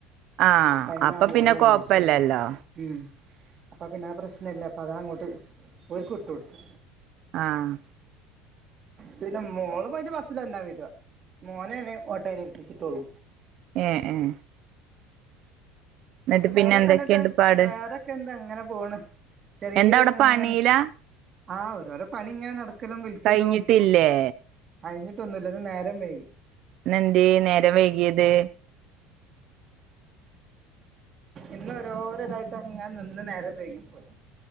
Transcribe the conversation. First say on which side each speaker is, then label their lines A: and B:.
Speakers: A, on the right (about 45°); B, on the right (about 30°).
A: ആഹ്
B: ടൈം
A: അപ്പൊ
B: ആവുമ്പോ
A: പിന്നെ
B: ഓര് കൊണ്ടൊയ്‌ക്കോളും
A: കൊഴപ്പല്ലല്ലോ
B: ഉം അപ്പം പിന്നെ ആ പ്രശ്നല്ല അപ്പം അത അങ്ങോട്ട് ഓര്ക്ക് വിട്ട് കൊടുത്തു
A: ആഹ്
B: പിന്നെ മോള് പോയിട്ട് ബസിൽ തന്നാ വരുവാ മോനെയാണ് ഓട്ടേൽ ഏൽപ്പിച്ചിട്ടൊള്ളൂ
A: ഏഹ് ഏഹ് എന്നിട്ട്
B: വേറെക്കെ
A: പിന്നെ എന്തൊക്കെയുണ്ട്
B: എന്നിട്ട്
A: പാട്
B: വേറെക്കെ എന്താ ഇങ്ങനെ പോണ് ചെറിയൊര്ങ്ങനെ
A: എന്താ അവിടെ പണിയിലാ
B: ആഹ് ഒരോരോ പണി ഇങ്ങനെ നടക്കലും വിൽക്കലും
A: കഴിഞ്ഞിട്ടില്ലേ
B: കഴിഞ്ഞിട്ടൊന്നും ഇല്ല ഇന്ന് നേരം വൈകി
A: ഇന്ന് എന്തിയേ നേരം വൈകിയത്
B: ഇന്ന് ഓരോര ഇതായിട്ടങ്ങനെ നിന്ന് നേരം വൈകിപ്പോയി